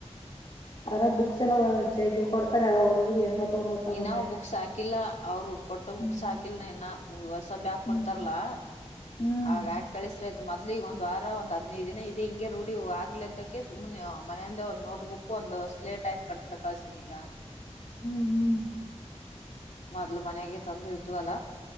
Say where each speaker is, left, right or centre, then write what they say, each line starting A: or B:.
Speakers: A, on the left; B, on the left.
A: ಅರ ಬುಕ್ಸ್ ಎಲ್ಲಾ ಜ ಕೊಡ್ತಾರೆ ಅವ ಹುಡುಗರು ಹೆಂಗ. ತಗೊಂಡ್ ಹೋಗ್ತಾವ
B: ಇನ್ನ್
A: ನೋಡಿ
B: ಬುಕ್ಸ್ ಹಾಕಿಲ್ಲ ಅವ್ರು ಕೊಟ್ಟ ಬುಕ್ಸ್
A: ಹ್ಮ್
B: ಹಾಕಿಲ್ಲನ ಇನ. ಬ್ಯಾಗ್
A: ಹ್ಮ್
B: ಕೊಡ್ತಾರಲಾ
A: ಹ್ಮ್
B: ಆಗ ಹಾಕ್ ಕಳ್ಸ್ರಿ ಮೊದ್ಲಿಗ್ ಒಂದ್ ವಾರ ಒಂದ್ ಹದ್ನೈದು ದಿನ ಇದೇ ಹಿಂಗೆ ರೂಢಿ ಆಗ್ಲಿ ಅಂತಕೆ ಸುಮ್ಮನೆ ಮನೆಯಿಂದ ಒಂದ್ ನೋಟ್ ಬುಕ್ ಒಂದು ಸ್ಲೇಟ್ ಹಾಕ್ ಕಟ್ಟ್ರೆ ಕಳ್ಸಿನಿ ಈಗ
A: ಹ್ಮ್ ಹ್ಮ್
B: ಮೊದ್ಲು ಮನೆಗೆ ತಂದು ಇದ್ವ ಅಲ್ಲ